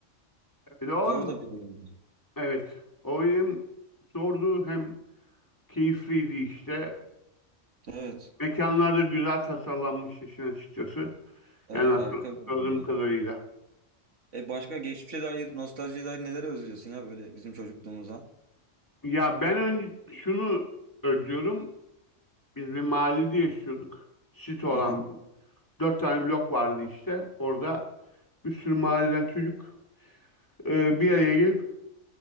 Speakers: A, on the left; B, on the right.
A: evet, o
B: Zor
A: oyun,
B: da bir oyundu.
A: evet. O oyun zordu hem keyifliydi işte.
B: Evet.
A: Mekanlar da güzel tasarlanmıştı işin açıkçası.
B: Evet
A: Yani hatırladığım
B: harika bir oyun. ya.
A: kadarıyla.
B: E başka geçmişe dair, nostaljiye dair neleri özlüyorsun ya böyle bizim çocukluğumuza?
A: Ya ben ön- şunu özlüyorum. Biz bir mahallede yaşıyorduk. Site olan
B: Hı hı.
A: dört tane blok vardı işte. Orada bir sürü mahalleden çocuk e, bir araya gelip